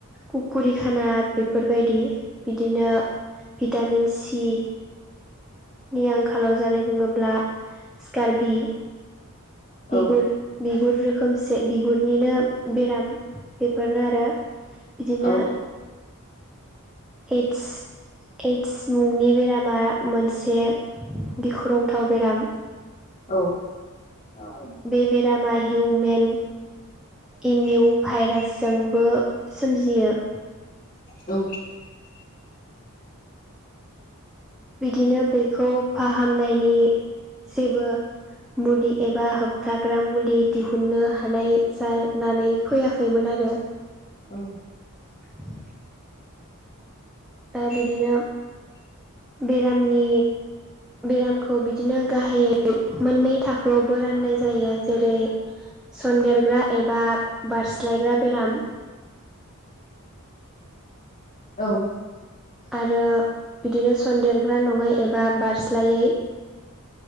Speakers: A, in the centre; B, on the left.
A: कुकुरि खाना बेफोरबायदि बिदिनो भिटामिन सि नि आंखालाव जानाय बुङोब्ला स्कार भि बिगुर
B: औ
A: बिगुर रोखोमसे बिगुरनिनो बेराम बेफोरनो आरो बिदिनो
B: औ
A: एयदस एयदस मुंनि बेरामा मोनसे गिख्रंथाव बेराम।
B: औ <unintelligible>
A: बे बेरामा हिउमेन एमिउ भाइरासजोंबो सोमजियो।
B: औ
A: बिदिनो बेखौ फाहामनायनि जेबो मुलि एबा होब थाग्रा मुलि दिहुननो हानाय जानानै फैयाखैमोन आरो
B: औ
A: <inaudible> दा बिदिनो बेरामनि बेराम खौ बिदिनो गाहायै मोननै थाखोआवबो राननाय जायो जेरै सनन्देरग्रा एबा बारस्लायग्रा बेराम
B: औ
A: आरो बिदिनो सनदेरग्रा नङै एबा बारस्लायै